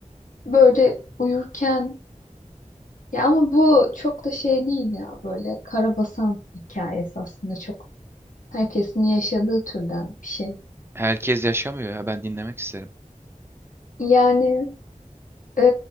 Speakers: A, on the left; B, on the right.
A: böyle uyurken Ya ama bu çok da şey değil ya böyle karabasan hikayesi aslında çok herkesin yaşadığı türden bir şey.
B: Herkes yaşamıyor ya ben dinlemek isterim.
A: Yani e,